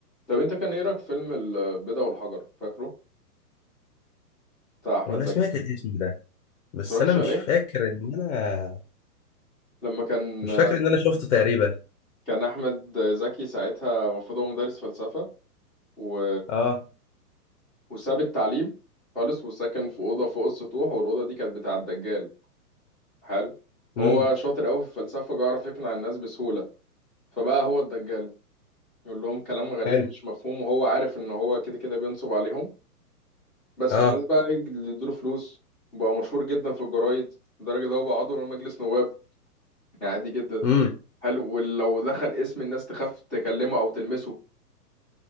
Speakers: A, in the centre; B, on the left (about 50°).
A: طب انت كان ايه رايك في فيلم البيضه والحجر فاكره بتاع احمد
B: هو انا
A: زكي
B: سمعت الاسم ده بس
A: اتفرجتش
B: انا مش
A: عليه
B: فاكر ان انا
A: لما كان
B: مش فاكر ان انا شفته تقريبا
A: كان احمد زكي ساعتها المفروض هو مدرس فلسفه و
B: اه
A: وساب التعليم خالص وسكن في أوضة فوق السطوح والأوضة دي كانت بتاع الدجال حلو وهو
B: امم
A: شاطر قوي في الفلسفة بيعرف يقنع الناس بسهولة فبقى هو الدجال يقول لهم كلام غريب
B: حلو
A: مش مفهوم وهو عارف إن هو كده كده بينصب عليهم بس
B: اه
A: والناس بقى إيه، اللي يدوله فلوس بقى مشهور جدا في الجرايد لدرجة إن هو بقى عضو من مجلس نواب يعني عادي جدا
B: امم
A: حلو ولو دخل اسم الناس تخاف تكلمه أو تلمسه